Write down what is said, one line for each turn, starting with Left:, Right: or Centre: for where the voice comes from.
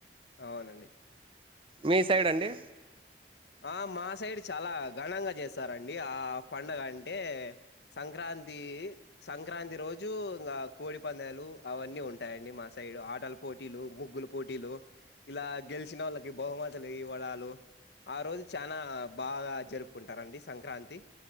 Left: అవునండి
Right: మీ సైడ్ అండి
Left: ఆ మా సైడ్ చాలా ఘనంగా చేస్తారండి ఆ పండగ అంటే సంక్రాంతి సంక్రాంతి రోజు ఇంగా కోడి పందాలు అవన్నీ ఉంటాయండి మా సైడ్ ఆటలు పోటీలు ముగ్గుల పోటీల్లో ఇలా గెలిచిన వాళ్ళకి బహుమతులు ఇవ్వడాలు ఆ రోజు చానా బాగా జరుపుకుంటారండి సంక్రాంతి